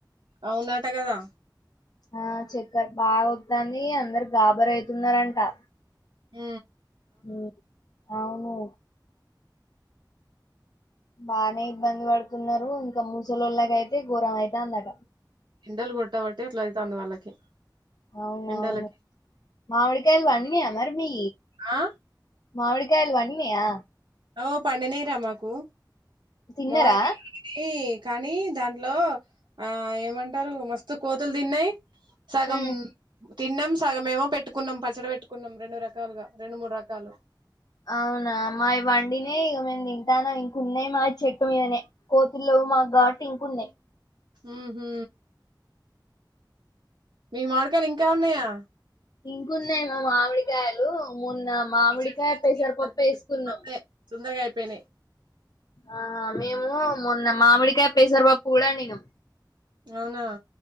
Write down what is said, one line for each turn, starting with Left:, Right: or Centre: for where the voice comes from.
Right: అవునాట కదా
Left: ఆ చక్కర్ బాగా వొత్తంది అందరు గాబర్ అయితున్నారంటా.
Right: ఉ
Left: ఉ అవును బానే ఇబ్బంది పడుతున్నారు ఇంకా మూసలోల్లకి అయితే ఘోరం అయితందటా.
Right: ఎండలు కొట్టబట్టే అట్లా అయితంది వాళ్ళకి
Left: అవునవును
Right: ఎండలకి.
Left: మామిడికాయలు పండినాయా మరి మీ
Right: ఆ
Left: మామిడి కాయలు పండినియా
Right: ఓ పండినాయిరా మాకు
Left: తిన్నరా
Right: మామిడికాయలు పి కానీ దాంట్లో ఆ ఏమంటారు మస్తు కోతులు తిన్నాయ్. సగమ్
Left: ఉమ్
Right: తిన్నాం సగమెమో పెట్టుకున్నాం పచ్చడి పెట్టుకున్నాం రెండు రకాలుగా రెండు మూడు రకాలు.
Left: అవునా మై బండినే ఇక తింటాము ఇంకున్నాయి మా చెట్టు మీదనే. కోతులు లేవ్ మాకు కాబట్టి ఇంకున్నాయ్
Right: ఉహు మీ మమాడికాయలు ఇంకా ఉన్నాయా
Left: ఇంకున్నాయ్ మా మామిడికాయలు మొన్న మామిడికాయ్
Right: మీ చెట్టు
Left: పెసరపప్పు
Right: మంచిదే,
Left: ఏసుకున్నాం.
Right: మండే తొందరగా అయిపోయినాయ్
Left: ఆ మేము మొన్న మామిడికాయ్ పెసర పప్పు కూడా వండినం.
Right: అవునా